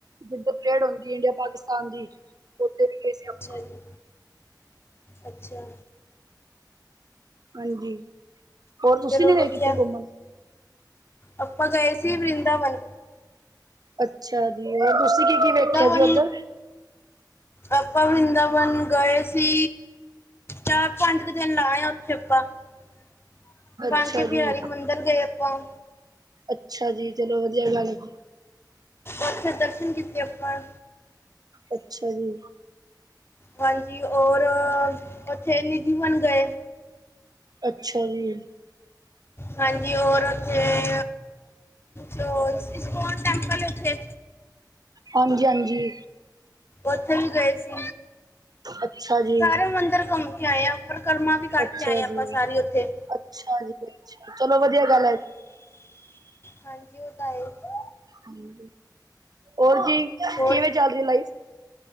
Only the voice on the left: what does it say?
ਅੱਛਾ ਜੀ। ਅੱਛਿਆ
ਚਲੋ
ਵਧੀਆ
ਆਪਾਂ ਗਏ ਸੀ ਵਰਿੰਦਾਵਨ
ਵਰਿਦਾਵਨ
ਆਪਾਂ ਵਰਿੰਦਾਵਨ ਗਏ ਸੀ, ਚਾਰ-ਪੰਜ ਕ ਦਿਨ ਲਾ ਆ ਉੱਥੇ ਆਪਾਂ। <unintelligible>
ਕੇ ਬਹਾਰੀ
ਮੰਦਿਰ ਗਏ ਆਪਾਂ
ਉੱਥੇ ਦਰਸ਼ਨ ਕੀਤੇ ਆਪਾਂ
ਹਾਂਜੀ, ਔਰ ਉੱਥੇ ਨਿਧੀ-ਬਨ ਗਏ।
ਹਾਂਜੀ ਔਰ ਉੱਥੇ ੳ <unintelligible> ਇਸਕੋਨ ਟੈਮਪਲ ਉਥੇ
ਉੱਥੇ ਵੀ ਗਏ ਸੀ।
ਸਾਰੇ ਮੰਦਿਰ ਕੁੰਮ ਕੇ ਆਏ ਆ, ਪਰਿਕਰਮਾ ਵੀ ਕਰਕੇ
ਆਏ ਆਪਾਂ
ਸਾਰੀ ਉੱਥੇ।
ਹਾਂਜੀ ਉਹ <unintelligible>
ਹੋਰ